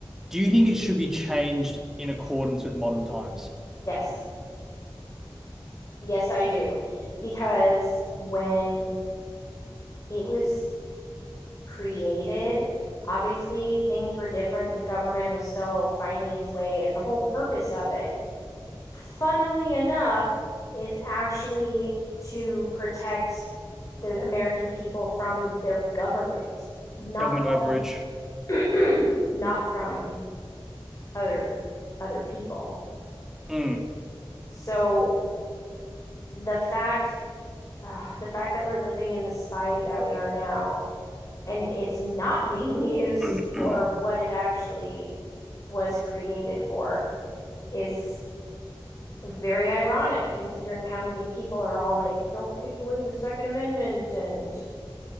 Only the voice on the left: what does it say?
Yes. Yes, I do. Because when it was created, obviously things were different. The government was still finding its way, and the whole purpose of it funnily enough, is actually to protect the American people from their government, not
from
<clears throat> not from other other people.
So the fact uh, the fact that we're living in the society that we are now and it's not <laughs> being used
for what it actually was created for is very ironic considering how many people are all like don't take away the second amendment and